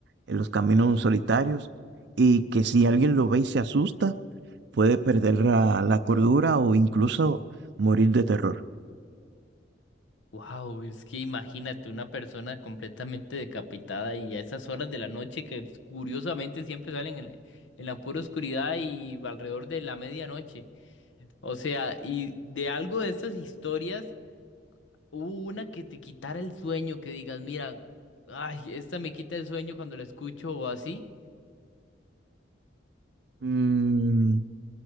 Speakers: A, on the right; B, on the left.
A: en los caminos solitarios y que si alguien lo ve y se asusta, puede perder la, la cordura o incluso morir de terror.
B: Wow, es que imagínate una persona completamente decapitada y a esas horas de la noche que curiosamente siempre salen en la en la pura oscuridad y alrededor de la medianoche. O sea, y de algo de estas historias, hubo una que te quitara el sueño, que digas, mira, ay, esta me quita el sueño cuando la escucho o así.
A: Mm,